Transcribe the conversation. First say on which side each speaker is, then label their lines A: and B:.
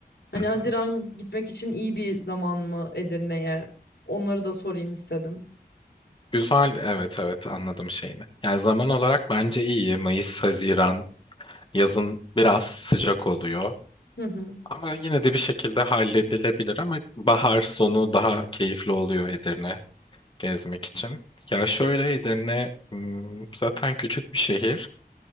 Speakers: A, on the left (about 85°); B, on the left (about 30°).
A: Hani
B: Hı hı.
A: Haziran gitmek için iyi bir zaman mı Edirne'ye? Onları da sorayım istedim.
B: Güzel, evet evet anladım şeyini. Yani zaman olarak bence iyi. Mayıs, Haziran, yazın biraz sıcak oluyor.
A: Hı hı.
B: Ama yine de bir şekilde halledilebilir ama bahar sonu daha keyifli oluyor Edirne gezmek için. Ya şöyle Edirne hmm, zaten küçük bir şehir.